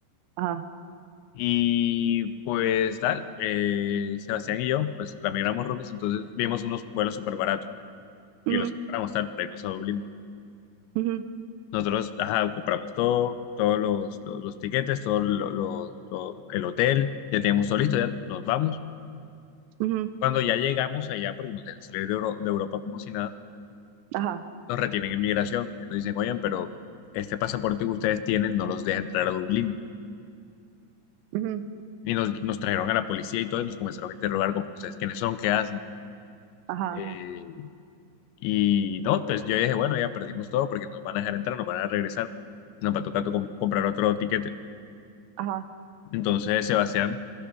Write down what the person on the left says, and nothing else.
Y pues tal, eh, Sebastián y yo, pues también éramos roomies, entonces vimos unos vuelos súper baratos. y
los compramos tal para irnos a Dublín.
Nosotros ajá, compramos todo, todos los, los, los tiquetes, todo lo- lo- lo- el hotel, ya teníamos todo listo, ya nos vamos.
Cuando ya llegamos allá, porque nos dejan salir de, Euro- de Europa como si nada,
nos retienen en migración y nos dicen, oigan, pero este pasaporte que ustedes tienen no los deja entrar a Dublín.
Y nos, nos trajeron a la policía y todos nos comenzaron a interrogar como ustedes quiénes son, qué hacen.
Eh,
y no, pues yo dije, bueno, ya perdimos todo porque nos van a dejar entrar, nos van a regresar, nos va a tocar to- com- comprar otro tiquete.
Entonces Sebastián